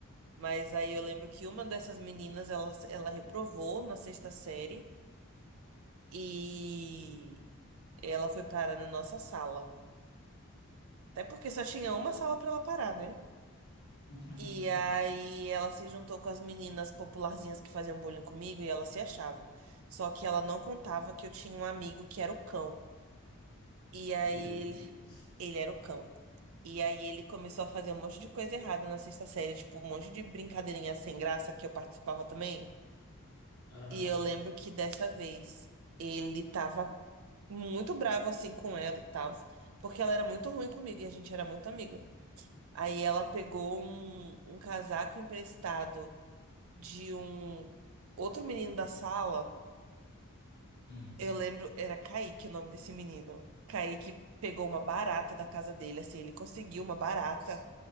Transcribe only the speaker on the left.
<laughs>
Meu
Deus.
Aham.
Hum.